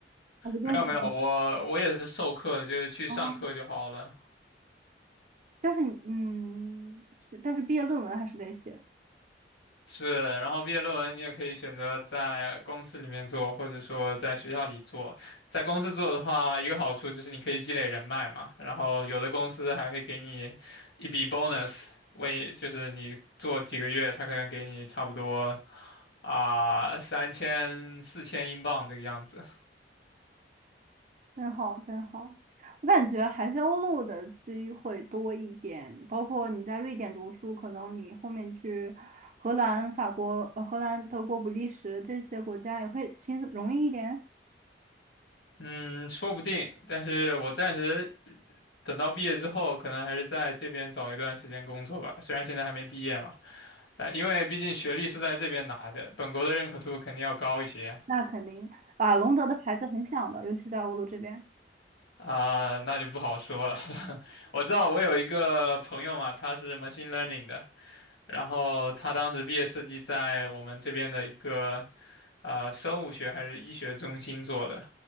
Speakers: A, on the right (about 45°); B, on the left (about 75°).
A: 我就跟你
B: 没有没有，我我也是授课的，就是去上课就好了。
A: 哦，但是嗯，是但是毕业论文还是得写，
B: 是，然后毕业论文你也可以选择在公司里面做，或者说在学校里做。在公司做的话，一个好处就是你可以积累人脉嘛，然后有的公司还会给你一笔 bonus，为就是你做几个月，他可能给你差不多啊三千四千英镑这个样子。
A: 真好真好。我感觉还是欧陆的机会多一点，包括你在瑞典读书，可能你后面去荷兰、法国、呃、荷兰、德国、比利时这些国家也会轻容易一点。
B: 嗯，说不定，但是我暂时呃等到毕业之后，可能还是在这边找一段时间工作吧。虽然现在还没毕业嘛，但因为毕竟学历是在这边拿的，本国的认可度肯定要高一些
A: 那肯定，啊，隆德的牌子很响的，尤其在欧陆这边。
B: 啊，那就不好说了。<laughs> 我知道我有一个朋友嘛，他是 machine learning 的，然后他当时毕业设计在我们这边的一个啊，生物学还是医学中心做的，